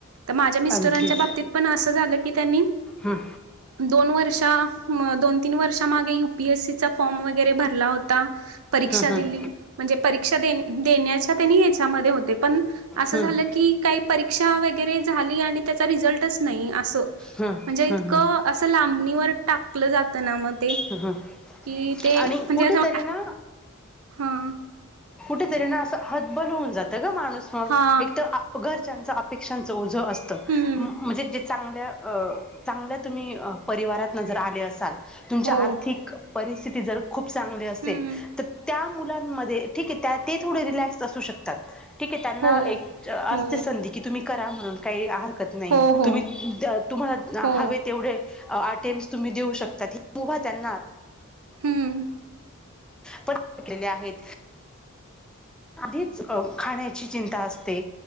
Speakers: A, on the right (about 75°); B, in the centre.
A: त माझ्या मिस्टरांच्या
B: अगदीच
A: बाबतीत पण आस झालं की त्यांनी
B: हम्म
A: दोन वर्ष दोन, तीन वर्षा मागे यु पी एस सी चा फॉर्म वगैरे भरला होता. परीक्षा
B: हम्म हम्म
A: दिली म्हणजे परीक्षा दे देण्याच्या त्यांनी हेच्यामध्ये होते पण आसं
B: हम्म
A: झालं की, काही परीक्षा वगैरे झाली आणि त्याचा रिझल्टच नाही आसं
B: हं,
A: म्हणजे इतकं
B: हं, हं,
A: आसं लांबणीवर टाकलं जातं ना मग ते
B: हं, हं.
A: कि ते
B: आणि
A: म्हणजे
B: कुठेतरी
A: आसं
B: ना
A: हां.
B: अशा तर्हेन आसं हतबल होवून जात गं माणूस म
A: हा
B: एक तर घरच्याचं अपेक्षांचं ओझं. झ असतं
A: हम्म
B: म्हणजे जिथं चांगल्या अं चांगल्या तुम्ही अं परिवारातनं जर आले असाल तुमच्या
A: हो
B: आर्थिक परिस्थिती जर खूप चांगली असेल,
A: हम्म
B: तर त्या मुलांमध्ये ठीके त्या ते थोडे रिलॅक्स असू शक तात. ठिकय त्यांना
A: हो
B: एक आसते
A: हो
B: संधी तुम्ही करा म्हणुन काही हार . कत नाही.
A: हो हो
B: तुम्ही द तुम्हाला
A: हो
B: हावे तेवढे आटेम्स् तुम्ही देऊ शकता. मुभा त्यांना.
A: हम्म.
B: पण <unintelligible> लेले आहेत. आधीच खाण्याची चिंता असते